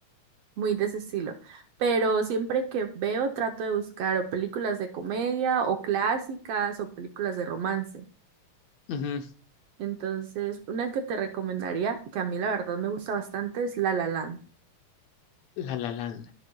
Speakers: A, on the right; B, on the left.
A: muy de ese estilo, pero siempre que veo trato de buscar o películas de comedia o clásicas o películas de romance.
B: Ujú.
A: Entonces, una que te recomendaría, que a mí la verdad me gusta bastante, es La La Land.
B: La La Land.